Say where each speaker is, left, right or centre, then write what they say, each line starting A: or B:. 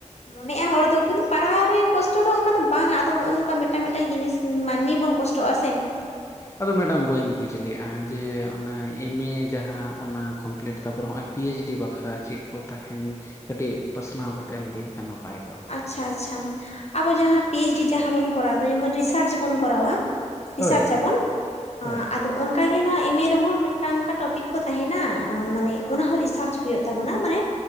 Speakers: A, on the left; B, on the left.
A: ᱢᱚᱱᱮᱜᱼᱟ ᱦᱚᱲ ᱫᱚ ᱠᱤᱱᱛᱩ ᱯᱟᱲᱦᱟᱣ ᱨᱮ ᱠᱚᱥᱴᱚ ᱫᱚ ᱚᱱᱠᱟ ᱫᱚ ᱵᱟᱝᱼᱟ ᱟᱫᱚ ᱱᱚᱜᱼᱚ ᱱᱚᱝᱠᱟ ᱢᱤᱫᱴᱟᱝ ᱢᱤᱫᱴᱟᱝ ᱡᱤᱱᱤᱥ ᱢᱟᱹᱱᱢᱤ ᱵᱚᱱ ᱠᱚᱥ ᱠᱚᱥᱴᱚᱜ-ᱟ ᱥᱮ ᱾
B: ᱟᱫᱚ ᱢᱮᱰᱟᱢ ᱵᱟᱹᱧ ᱵᱩᱡᱽ ᱞᱮᱜᱼᱟ ᱾ ᱡᱮ ᱚᱱᱟ ᱮᱢ ᱮ ᱡᱟᱦᱟᱸ ᱚᱱᱟ ᱠᱚᱢᱯᱞᱤᱴ ᱛᱟᱯᱚᱨᱮ ᱦᱚᱸᱜᱼᱚᱭ ᱯᱤᱭ ᱮᱭᱤᱪ ᱰᱤ ᱵᱟᱠᱷᱨᱟ ᱪᱮᱫ ᱠᱚ ᱛᱟᱸᱦᱮᱱ ᱠᱟᱹᱴᱤᱡ ᱯᱟᱥᱱᱟᱣ ᱠᱟᱛᱮᱫ ᱮᱢ ᱞᱟᱹᱭ ᱞᱮᱠᱷᱟᱱ ᱱᱟᱯᱟᱭ ᱠᱚᱜᱼᱟ ᱾
A: ᱟᱪᱪᱷᱟ ᱟᱪᱪᱷᱟ ᱟᱵᱚ ᱡᱟᱦᱟᱸ ᱯᱤ ᱮᱭᱤᱪ ᱰᱤ ᱡᱟᱦᱟᱸ ᱵᱚᱱ ᱠᱚᱨᱟᱣᱫᱟ ᱡᱮᱢᱚᱱ ᱨᱤᱥᱟᱨᱪ ᱵᱚᱱ ᱠᱚᱨᱟᱣᱟ ᱾ ᱨᱤᱥᱟᱨᱪ
B: ᱦᱳᱭ
A: ᱟᱵᱚᱱ
B: ᱦᱳᱭ
A: ᱟᱫᱚ ᱚᱱ ᱚᱱᱠᱟ ᱜᱮ ᱱᱚᱣᱟ ᱮᱢ ᱮ ᱨᱮᱦᱚᱸ ᱢᱤᱫᱴᱟᱝ ᱚᱱᱠᱟ ᱴᱚᱯᱤᱠ ᱠᱚ ᱛᱟᱸᱦᱮᱱᱟ ᱢᱟᱱᱮ ᱚᱱᱟ ᱦᱚᱸ ᱨᱤᱥᱟᱨᱪ ᱦᱩᱭᱩᱜ ᱛᱟᱵᱚᱱᱟ ᱾ ᱢᱟᱱᱮ